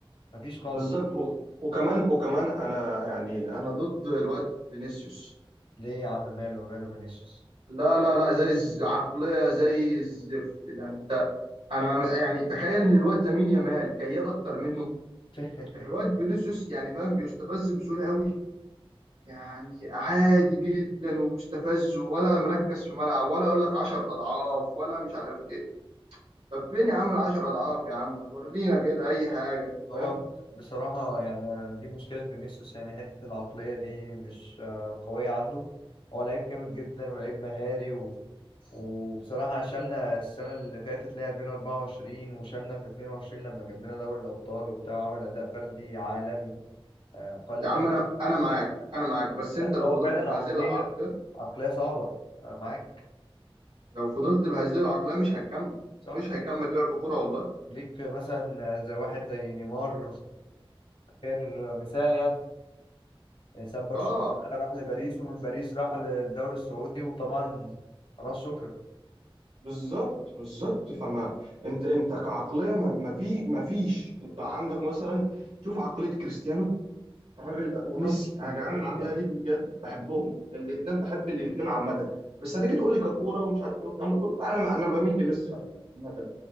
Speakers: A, on the left; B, on the right.
A: مفيش خالص
B: بالظبط و... وكمان وكمان انا يعني انا ضد الواد فينيسيوس
A: ليه يا عم ماله ماله فينيسيوس
B: لا لا لا زي الز- عقلية زي الزفت ده انت انا يعني تخيل ان الواد لامين يامال كياد اكتر منه
A: <laughs>
B: الواد فينيسيوس يعني فاهم بيستفز بسهولة قوي يعني عادي جدا وبيستفز ولا مركز في ملعب ولا اقول لك 10 اضعاف ولا مش عارف ايه طب فين يا عم العشر اضعاف يا عم ما تورينا كده اي حاجه فاهم
A: هو ب- بصراحة يعني دي مشكلة فينيسيوس يعني حتة العقلية دي مش آه، قوية عنده هو لعيب جامد جدا ولعيب مهاري و... وبصراحة شالنا السنة اللي فاتت اللي هي 2024 وشالنا في 22 لما جاب لنا دوري الأبطال وبتاع وعمل أداء فردي عالمي آه، أقل
B: يا
A: ما
B: عم
A: يكون
B: انا انا معاك انا معاك بس انت
A: بس
B: لو
A: هو
B: فضلت
A: فعلا
B: بهذه
A: عقلية
B: العقليه
A: عقلية صعبة أنا معاك
B: لو فضلت بهذه العقليه مش هتكمل
A: صح
B: مش هيكمل لعب كرة والله
A: ليك في مثلا زي واحد زي نيمار خير مثال يعني ساب برشلونة
B: اه
A: راح لباريس ومن باريس راح للدوري السعودي وطبعا خلاص شكرا
B: بالظبط بالظبط فما انت انت كعقليه ما ما في ما فيش انت عندك مثلا شوف عقليه كريستيانو الراجل وميسي
A: طب
B: انا
A: اسكندرية
B: جعان العقليه دي بجد بحبهم الاثنين بحب الاثنين عامه بس هتيجي تقول لي ككوره ومش عارف ايه والكلام ده كله لا، انا انا بميل لميسي اكتر عامه